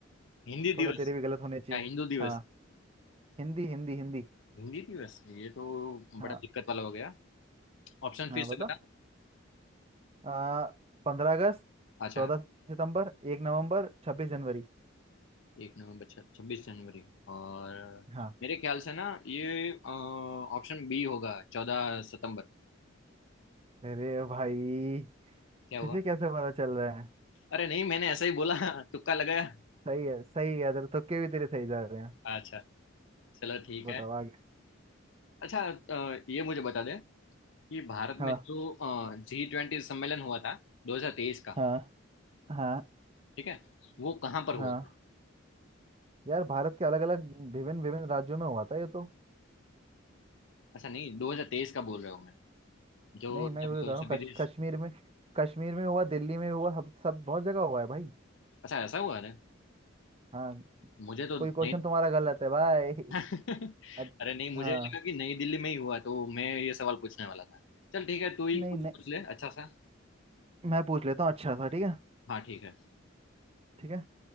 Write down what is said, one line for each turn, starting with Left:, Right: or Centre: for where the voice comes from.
Left: हिंदी दिवस
Right: थोड़े तेरे भी गलत होने चाहिए
Left: हाँ हिंदू दिवस
Right: हाँ हिंदी हिंदी हिंदी
Left: हिंदी दिवस ये तो
Right: हाँ।
Left: बड़ा दिक्कत वाला हो गया ऑप्शन
Right: हाँ
Left: फिर से
Right: बता
Left: बता
Right: आ, पंद्रह अगस्त
Left: अच्छा
Right: चौदह सितंबर एक नवंबर छब्बीस जनवरी
Left: एक नवंबर छब्बीस जनवरी और
Right: हाँ
Left: मेरे ख्याल से ना ये ऑप्शन बी होगा चौदह सितंबर
Right: अरे भाई
Left: क्या
Right: तुझे
Left: हुआ
Right: कैसे पता चल रहा है
Left: अरे नहीं मैंने ऐसा ही बोला <laughs> तुक्का लगाया
Right: सही है सही है तेरे तुक्के भी तेरे सही जा रहे हैं
Left: अच्छा चलो ठीक
Right: बताओ
Left: है
Right: आगे
Left: अच्छा अ, ये मुझे बता दे कि भारत
Right: हाँ
Left: में जो जी ट्वेंटी सम्मेलन हुआ था 2023 का
Right: हाँ हाँ
Left: ठीक है वो कहाँ पर
Right: हाँ
Left: हुआ था
Right: यार भारत के अलग अलग विभिन्न विभिन्न राज्यों में हुआ था ये तो
Left: अच्छा नहीं 2023 का बोल रहा हूँ मैं जो
Right: नहीं मैं
Left: जब
Right: वही बता रहा
Left: सभी
Right: हूँ कश,
Left: देश
Right: कश्मीर में कश्मीर में हुआ दिल्ली में हुआ सब सब बहुत जगह हुआ है भाई
Left: अच्छा ऐसा हुआ है
Right: हाँ
Left: मुझे तो
Right: कोई
Left: नहीं
Right: क्वेश्चन तुम्हारा गलत है भाई
Left: <laughs>
Right: अच-
Left: अरे नहीं मुझे
Right: हाँ
Left: लगा कि नई दिल्ली में ही हुआ तो मैं ये सवाल पूछने वाला था चल ठीक है तू ही
Right: नहीं
Left: कुछ
Right: नहीं
Left: पूछ ले अच्छा सा
Right: मैं पूछ लेता हूँ अच्छा सा ठीक है
Left: हाँ ठीक है
Right: ठीक है